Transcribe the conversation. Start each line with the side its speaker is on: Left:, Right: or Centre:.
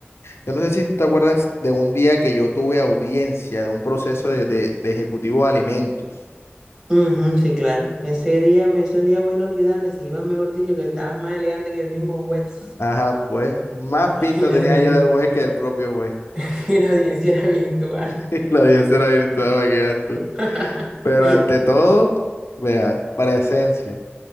Left: Yo no sé si te acuerdas de un día que yo tuve audiencia de un proceso de, de, de ejecutivo de alimentos.
Right: Ujú, sí, claro. Ese día, me- ese día fue inolvidable. Si ibas, mejor dicho, que estabas más elegante que el mismo juez.
Left: Ajá, pues, más
Right: <laughs>
Left: pinta
Right: Y la,
Left: tenía
Right: audien-
Left: yo de juez que el propio juez.
Right: <laughs> y la audiencia era virtual.
Left: <laughs> La audiencia era virtual, para que veas tú.
Right: <laughs>
Left: Pero ante todo, vea, presencia.